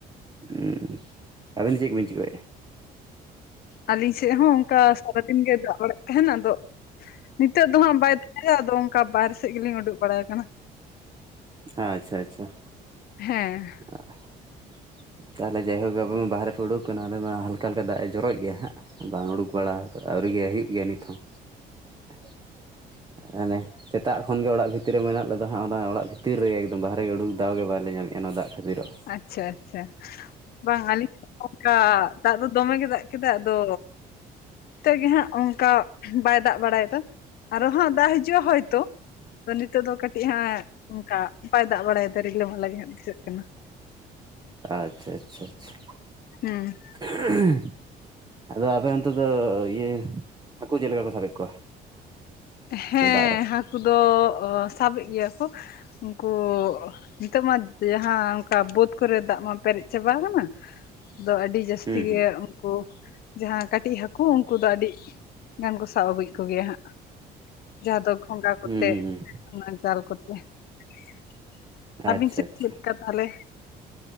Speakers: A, on the right; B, on the left.
A: ᱦᱩᱸ ᱟᱹᱵᱤᱱ ᱪᱮᱜ ᱵᱤᱱ ᱪᱤᱠᱟᱹᱭᱮᱜᱼᱟ?
B: ᱟᱞᱤᱧ ᱥᱮᱜ ᱦᱚᱸ ᱚᱱᱠᱟ ᱥᱟᱨᱟᱫᱤᱱ ᱜᱮ ᱫᱟᱜ ᱵᱟᱲᱟᱭᱮᱫ ᱛᱟᱦᱮᱱᱟ ᱟᱫᱚ ᱾ ᱱᱤᱛᱚᱜ ᱫᱚ ᱦᱟᱸᱜ ᱵᱟᱭ ᱫᱟᱜ ᱫᱟ ᱟᱫᱚ ᱚᱱᱠᱟ ᱵᱟᱦᱨᱮ ᱥᱮᱜ ᱜᱮᱞᱤᱧ ᱩᱰᱩᱜ ᱵᱟᱲᱟ ᱠᱟᱱᱟ᱾
A: ᱟᱪᱪᱷᱟ ᱟᱪᱪᱷᱟ ᱾
B: ᱦᱮᱸ ᱾
A: <inaudible> ᱛᱟᱞᱦᱮ ᱡᱟᱭᱦᱳᱠ ᱟᱵᱮᱱ ᱢᱟ ᱵᱟᱦᱨᱮ ᱯᱮ ᱳᱰᱳᱠ ᱠᱟᱱᱟ ᱟᱞᱮ ᱢᱟ ᱦᱟᱞᱠᱟ ᱦᱟᱞᱠᱟ ᱫᱟᱜ ᱮ ᱡᱚᱨᱚᱭ ᱜᱮᱭᱟ ᱦᱟᱸᱜ ᱾ ᱵᱟᱝ ᱩᱰᱩᱠ ᱵᱟᱲᱟ ᱟᱹᱣᱨᱤ ᱜᱮ ᱦᱩᱭᱩᱜ ᱜᱮᱭᱟ ᱱᱤᱛ ᱦᱚᱸ <inaudible> ᱦᱟᱱᱮ ᱥᱮᱛᱟᱜ ᱠᱷᱚᱱ ᱜᱮ ᱚᱲᱟᱜ ᱵᱷᱤᱛᱤᱨ ᱨᱮ ᱢᱮᱱᱟᱜ ᱞᱮᱫᱟ ᱦᱟᱸᱜ ᱚᱱᱟ ᱚᱲᱟᱜ ᱵᱷᱤᱛᱤᱨ ᱨᱮᱜᱮ ᱾ ᱵᱟᱦᱟᱨᱮ ᱜᱮ ᱩᱰᱩᱠ ᱫᱟᱣ ᱜᱮ ᱵᱟᱞᱮ ᱧᱟᱢᱮᱜᱼᱟ ᱱᱚᱣᱟ ᱫᱟᱜ ᱠᱷᱟᱛᱤᱨᱚᱜ ᱾
B: ᱟᱪᱪᱷᱟ ᱟᱪᱪᱷᱟ ᱾ ᱵᱟᱝ ᱟᱹᱞᱤᱧ ᱚᱝᱠᱟ ᱫᱟᱜ ᱫᱚ ᱫᱚᱢᱮ ᱜᱮ ᱫᱟᱜ ᱠᱮᱫᱟᱭ ᱟᱫᱚ ᱛᱚᱜ ᱜᱮ ᱦᱟᱸᱜ ᱚᱝᱠᱟ ᱵᱟᱭ ᱫᱟᱜ ᱵᱟᱲᱟᱭᱫᱟ ᱟᱨᱚ ᱦᱟᱸᱜ ᱫᱟᱜ ᱦᱟᱡᱩᱜᱼᱟ ᱦᱚᱭᱛᱚ ᱾ ᱟᱫᱚ ᱱᱤᱛᱚᱜ ᱫᱚ ᱠᱟᱴᱤᱡ ᱦᱟᱸᱜ ᱚᱱᱠᱟ ᱵᱟᱭ ᱫᱟᱜ ᱵᱟᱲᱟᱭ ᱫᱟ ᱨᱤᱞᱟᱢᱟᱞᱟ ᱜᱮ ᱦᱟᱸᱜ ᱵᱩᱡᱷᱟᱹᱜ ᱠᱟᱱᱟ ᱾
A: ᱟᱪᱪᱷᱟ ᱟᱪᱪᱷᱟ ᱟᱪᱪᱷᱟ ᱾
B: ᱦᱩᱸ
A: <unintelligible> ᱟᱫᱚ ᱟᱯᱮ ᱚᱱᱛᱮ ᱫᱚ ᱤᱭᱟᱹ ᱦᱟᱠᱩ ᱪᱮᱜ ᱞᱮᱠᱟ ᱠᱚ ᱥᱟᱵᱮᱫ ᱠᱚᱣᱟ?
B: ᱦᱮᱸ
A: ᱱᱤᱭᱟᱹ ᱫᱟᱜ ᱨᱮ
B: ᱦᱟᱠᱩ ᱫᱚ ᱥᱟᱵᱮᱜ ᱜᱮᱭᱟ ᱠᱚ ᱾ ᱠᱚ ᱱᱤᱛᱚᱜ ᱢᱟ ᱡᱟᱦᱟᱸ ᱠᱟ ᱵᱟᱹᱫᱽ ᱠᱚᱨᱮ ᱫᱟᱜ ᱢᱟ ᱯᱮᱨᱮᱡ ᱪᱟᱵᱟ ᱠᱟᱱᱟ ᱟᱫᱚ ᱟᱹᱰᱤ ᱡᱟᱥᱛᱤ
A: ᱦᱩᱸ
B: ᱜᱮ
A: ᱦᱩᱸ
B: ᱼᱼ ᱠᱩ ᱡᱟᱦᱟᱸᱭ ᱠᱟᱴᱤᱡ ᱦᱟᱹᱠᱩ ᱩᱱᱠᱩ ᱫᱚ ᱟᱹᱰᱤ ᱜᱟᱱ ᱠᱚ ᱥᱟᱵ ᱟᱜᱩᱭ ᱠᱚᱜᱮᱭᱟ ᱦᱟᱸᱜ ᱾ ᱡᱟᱦᱟᱸ ᱫᱚ ᱜᱷᱚᱸᱜᱟ ᱠᱚᱛᱮ
A: ᱦᱩᱸ ᱦᱩᱸ ᱦᱩᱸ
B: ᱚᱱᱟ ᱡᱟᱞ ᱠᱚᱛᱮ ᱾
A: ᱟᱪᱪᱷᱟ
B: ᱟᱵᱤᱱ ᱪᱮᱫ
A: ᱟᱪᱪᱷᱟ
B: ᱞᱮᱫ ᱠᱟ ᱛᱟᱦᱞᱮ?